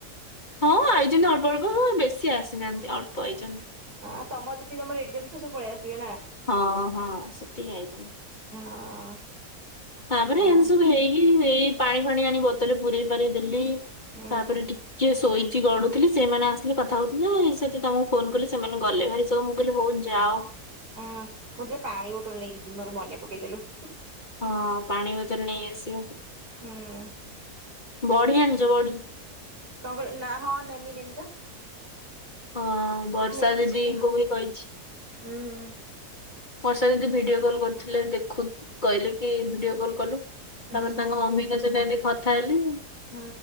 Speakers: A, on the left; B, on the right.
A: ହଁ ଆଇଛନ୍ତି ଅଳ୍ପ ଅଳ୍ପ ହଁ ବେଶୀ ଆସିନାହାନ୍ତି ଅଳ୍ପ ଆଇଛନ୍ତି।
B: ଆଁ ତମର ଯଦି ତମର ଏଗଜ୍ମା ମ ସବୁ ପଳେଇ ଆସିବେ ନା।
A: ହଁ ହଁ ସେତିକି ଆଇଛନ୍ତି।
B: ହଁ।
A: ତାପରେ
B: ହଁ।
A: ଏମତି ସବୁ ହେଇକି ଏଇ ପାଣି ଫାଣି ଆଣି ବୋତଲ ପୁରରେଇ ପାରେଇ ଦେଲି
B: ହୁଁ
A: ତାପରେ। କିଏ ଶୋଇଛି ଗଡୁଥିଲେ ସେମାନେ ଆସିଲେ କଥା ହଉଥିଲେ। ସେଠି ତମକୁ ଫୋନ କଲି ସେମାନେ ଗଲେ ଭାରି ସବୁ ମୁ କିହିଲି ହଉ ଯାଅ।
B: ହଁ ମୁଁ ମୋ ଝିଅ ପାଣି ବୋଟଲ ନେଇକି ଯିବି ମୋର ମନେ ପକେଇଦେଲୁ।
A: ହଁ ପାଣି ବୋତଲ ନେଇ ଆସିବ।
B: ହୁଁ।
A: ବଢି ଆଣିଛ ବଢି।
B: କଣ କହିଲ ନା ହଁ ନେମି ନେମି ବା।
A: ହଁ ବର୍ଷା
B: ନେଇକି
A: ଦିଦିଙ୍କୁ
B: ଯିବି
A: ବି କହିଛି।
B: ହୁଁ ହୁଁ
A: ବର୍ଷା ଦିଦି ଭିଡିଓ କଲ୍ କରିଥିଲେ ଦେଖୁ କହିଲେ କି ଭିଡିଓ କଲ୍ କଲୁ। ତାପରେ
B: ହୁଁ ହୁଁ
A: ତାଙ୍କ ମମିଙ୍କ ସହିତ ଏମିତି କଥା ହେଲି।
B: ହୁଁ।